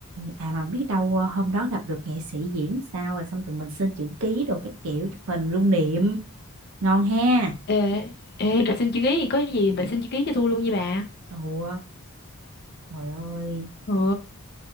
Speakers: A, on the right (about 70°); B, on the left (about 50°).
A: à mà biết đâu ờ, hôm đó gặp được nghệ sĩ diễn sao rồi xong tụi mình xin chữ ký đồ các kiểu chụp hình lưu niệm ngon ha
B: Ê, ê, bà <laughs> xin chữ ký thì có gì bà xin chữ ký cho tôi luôn nha bà.
A: ủa trời ơi
B: Ừ.